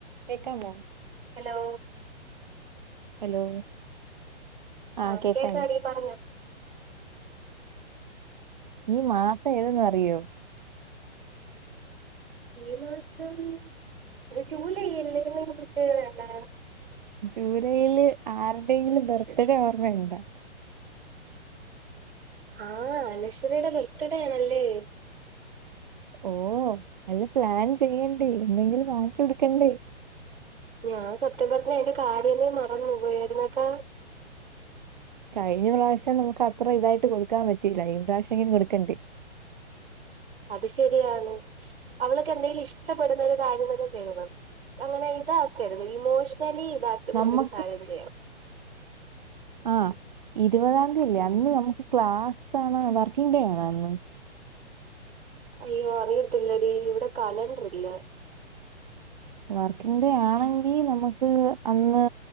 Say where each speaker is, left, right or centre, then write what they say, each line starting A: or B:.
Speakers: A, on the right; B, on the right.
A: കേക്കാമോ
B: hello
A: hello ആഹ്
B: ആ
A: കേക്കാം
B: കേക്കാടി പറഞ്ഞോ
A: ഈ മാസ ഏതെന്നറിയോ
B: ഈ മാസം ഇത് ജുലൈ അല്ലേന്ന് എന്തേലും പ്രത്യേകതയൊണ്ടാ
A: ജൂലൈയില് ആരുടേങ്കിലും ബർത്ത്ഡേ ഓർമ്മയിണ്ടാ
B: ആഹ് അനശ്വരയുടെ ബർത്ത്ഡേ ആണല്ലേ
A: ഓ നല്ല പ്ലാൻ ചെയ്യെണ്ടേ എന്തെങ്കിലും വാങ്ങിച്ചൊടുക്കണ്ടേ
B: ഞാൻ സത്യം പർഞ്ഞ അയ്ന്റെ കാര്യമേ മറന്ന് പോക്വായ്ര്ന്ന് കേട്ടാ
A: കഴിഞ്ഞ പ്രാവശ്യം നമുക്ക് അത്ര ഇതായിട്ട് കൊടുക്കാൻ പറ്റീല്ല ഈ പ്രാവശ്യെങ്കിലും കൊടുക്കണ്ടേ
B: അത് ശരിയാണ് അവൾക് എന്തേലും ഇഷ്ടപ്പെടുന്നൊരു കാര്യന്തന്നെ ചെയ്യണം അങ്ങനെ ഇതാക്കരത് ഇമോഷ്ണലി ഇതാക്കിന്ന
A: നമ്മക്ക്
B: എന്തെങ്കിലും സാനം ചെയ്യാം
A: ആഹ് ഇരുപതാന്തിയല്ലേ അന്ന് നമുക്ക് ക്ലാസ്സാണാ വർക്കിംഗ് ഡേ ആണാ അന്ന്
B: അയ്യോ അറിയത്തില്ലെടീ ഇവിടെ കലണ്ട്രില്ല
A: വർക്കിങ്ങ് ഡേ ആണെങ്കി നമുക്ക് അന്ന്